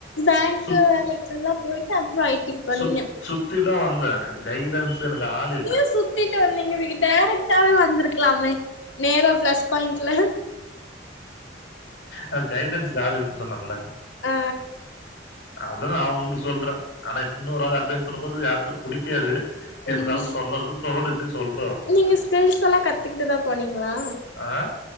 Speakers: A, on the left; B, on the left.
A: பேங்கு
B: சுத்
A: வேலைக்குல்லா போய்ட்டு அப்புறொ ஐ டிக்கு போனீங்க
B: சுத் சுத்திதா வந்தே கைடன்ஸ் எனக்கு ஆள் இல்ல
A: ஏ சுத்திட்டு வந்தீங்க வீட்ட டைரக்டாவே வந்திருக்லாமே நேர ப்ளஸ் பாயிண்ட்ல
B: அது கைடன்ஸ்கு ஆளில்லன் சொன்னன்ல
A: ஆ
B: அதுதா நா உங்களுக்கு சொல்றே ஆனா இன்னோரு ஆள் அட்வைஸ் பண்ணும் போது யாருக்கும் பிடிக்காது இருந்தாலும்
A: ம்
B: சொல்லனும்னு தோணுது சொல்றே ஒனக்கு
A: நீங்க ஸ்கில்ஸ் எல்லா கத்துக்கிட்டு தா போனீங்களா
B: ஆ